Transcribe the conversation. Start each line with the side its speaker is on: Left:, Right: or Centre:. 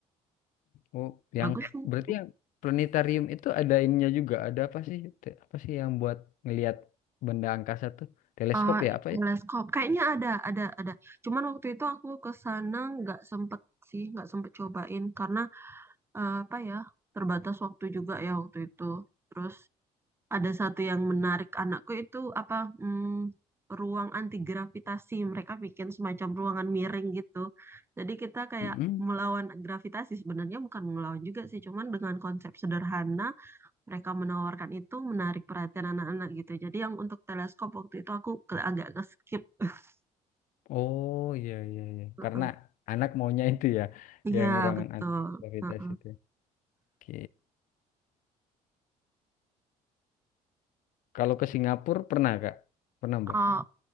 Left: Oh,
Right: Bagus
Left: yang
Right: sih.
Left: berarti yang planetarium itu ada ininya juga. Ada apa sih? Te- Apa sih yang buat ngelihat benda angkasa tuh? Teleskop
Right: Eh,
Left: ya apa
Right: teleskop
Left: ya?
Right: kayaknya ada, ada, ada. Cuman waktu itu aku ke sana nggak sempet sih, nggak sempet cobain karena eh, apa ya terbatas waktu juga ya waktu itu. Terus Ada satu yang menarik anakku itu apa mm, ruang anti gravitasi. Mereka bikin semacam ruangan miring gitu. Jadi kita kayak
Left: Mm-mm.
Right: melawan gravitasi sebenarnya bukan melawan juga sih, cuman dengan konsep sederhana mereka menawarkan itu menarik perhatian anak-anak gitu. Jadi yang untuk teleskop waktu itu aku ke- agak nge-skip. <laughs>
Left: Oh iya iya iya.
Right: Heeh.
Left: Karena anak maunya itu ya,
Right: Iya,
Left: yang ruangan
Right: betul.
Left: anti gravitasi
Right: Heeh.
Left: itu. Oke. Kalau ke Singapura pernah Kak? Pernah Mbak?
Right: Oh,